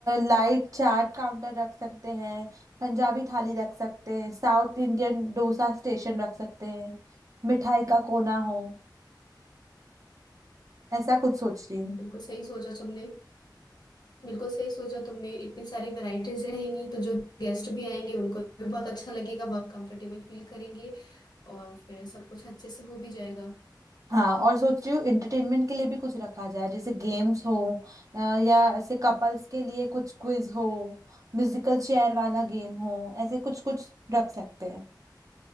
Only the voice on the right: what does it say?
लाइट चाट काउंटर रख सकते हैं पंजाबी थाली रख सकते हैं साउथ इंडियन डोसा स्टेशन रख सकते हैं मिठाई का कोना हो ऐसा कुछ सोच रही हूँ
हाँ और सोच रही हूँ एंटरटेनमेंट के लिए भी कुछ रखा जाए जैसे गेम्स हो अ, या ऐसे कपल्स के लिए कुछ क्विज हो म्यूजिकल चेयर वाला गेम हो ऐसे कुछ कुछ रख सकते हैं